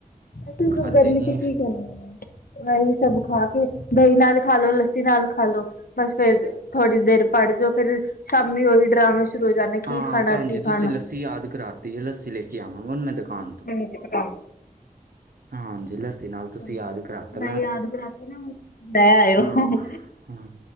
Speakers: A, on the left (about 75°); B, on the right (about 75°).
A: ਮੈਸ
B: ਖਾਧੇ
A: ਗਰਮੀ
B: ਨੀ
A: ਚ
B: ਐ।
A: ਕੀ ਕਰਨਾ ਇਹੀ ਸਭ ਖਾ ਕੇ ਦਹੀਂ ਨਾਲ ਖਾਲੋ ਲੋ ਲੱਸੀ ਨਾਲ ਖਾ ਲੋ ਬਸ ਫੇਰ ਥੋੜ੍ਹੀ ਦੇਰ ਪੜ੍ਹ ਜੋ ਫੇਿਰ ਸ਼ਾਮੀ ਉਹੀ ਡਰਾਮਾ ਸ਼ੁਰੂ ਹੋ ਜਾਣਾ ਕੀ
B: ਹਾਂ
A: ਖਾਣਾ
B: ਭੈਣ
A: ਕੀ
B: ਜੀ ਤੁਸੀਂ
A: ਖਾਣਾ
B: ਲੱਸੀ ਯਾਦ ਕਰਾਤੀ ਹੈ ਲੱਸੀ ਲੈ ਕੇ ਆਵਾਂਗਾ ਹੁਣ ਮੈਂ ਦੁਕਾਨ ਤੋਂ।
A: ਹ ਹਾਂ
B: ਹਾਂਜੀ ਲੱਸੀ ਨਾਲ ਤੁਸੀਂ
A: ਚਲੋ
B: ਯਾਦ ਕਰਾਤਾ
A: ਮੈਂ ਯਾਦ ਕਰਾਂ ਤਾਂ ਲੈ ਆਇਉਂ
B: ਹਾਂ। ਹਾਂ,